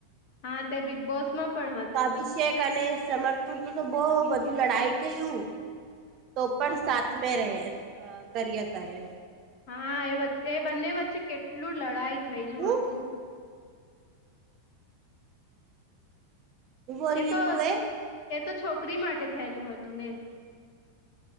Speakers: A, on the left; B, on the right.
A: હા તે બિગ બોસમાં પણ હતો
B: અાભિષેક અને સમર્થું તો બહ બધું લડાઈ થયું તો પણ સામે રહે કરયર કરે
A: હા એ વે એ બંને વચ્ચે કેટલું લડાઈ થયેલું
B: હું
A: હતું
B: હું બોલીએ
A: એ તો
B: તું
A: એ તો છોકરી માટે થયેલું હતું ને